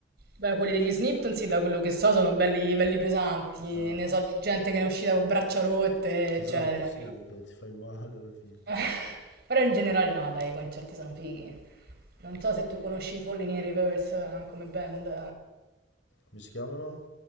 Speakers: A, on the right; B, on the left.
A: Beh, quelli degli Snip, sì, da quello che so, sono belli, belli pesanti.
B: Ah,
A: Ne so di gente che ne è uscita con braccia rotte, eccetera.
B: esatto, sì, che ti fai male alla fine.
A: <laughs> Però in generale no, dai, i concerti sono fighi. Non so se tu conosci Falling in Reverse eh, come band.
B: Come si chiamano?